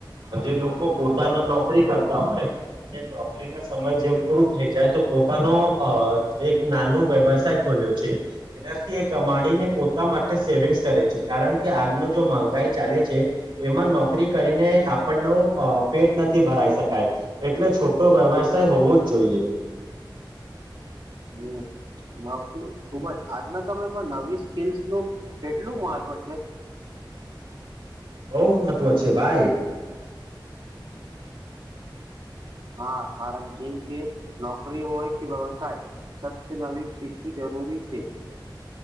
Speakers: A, on the right; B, on the right.
A: જે લોકો પોતાના નોકરી કરતા હોય અને નોકરી ના સમજ જેમ પૂરું થઈ જાય તો પોતાનો અ એક નાનો વ્યવસાય ખોલ્યો છે એનાથી એક કમાડીને પોતા માટે સેવિંગ્સ કરે છે. કારણ કે આજનું જો મગાઈ ચાલે છે એમાં નો નોકરી કરીને આપણનો અ પેટ નથી ભરાઈ શકાય એટલે છોટો વ્યવસાય હોવો જ જોઈએ.
B: હમ્મ. ન ખ ખૂબજ આજના સમયમાં નવી સ્કીલ્સ નું કેટલું મહત્વ છે?
A: બઉ મહત્વ છે ભાઈ.
B: હા કારણ જેમ કે નોકરી હોય કે વ્યવસાય સત્ય નવી શીખવી જર જરૂરી છે.